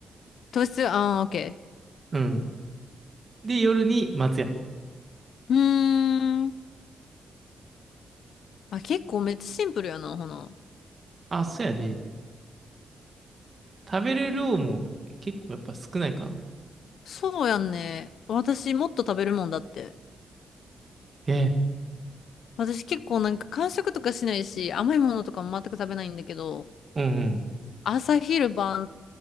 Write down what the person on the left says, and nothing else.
糖質、ああ、OK。
うーん。あ、結構めっちゃシンプルやな、ほな。
そうやんね。私もっと食べるもんだって。
私結構なんか間食とかしないし、甘いものとかも全く食べないんだけど、
朝昼晩っ